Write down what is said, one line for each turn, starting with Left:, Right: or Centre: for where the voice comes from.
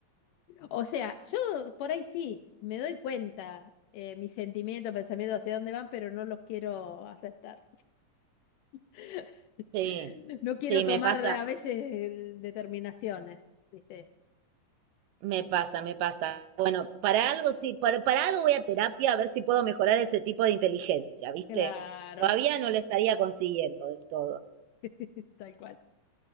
Left: O sea, yo por ahí sí, me doy cuenta eh, mis sentimientos, pensamientos hacia dónde van, pero no los quiero aceptar. <laughs>
Right: Sí,
Left: No
Right: sí,
Left: quiero
Right: me
Left: tomar
Right: pasa,
Left: a veces eh, determinaciones, ¿viste?
Right: Me pasa, me pasa. Bueno, para algo sí, para, para algo voy a terapia a ver si puedo mejorar ese tipo de inteligencia, ¿viste?
Left: Claro,
Right: Todavía no lo estaría consiguiendo del todo.
Left: <laughs> tal cual.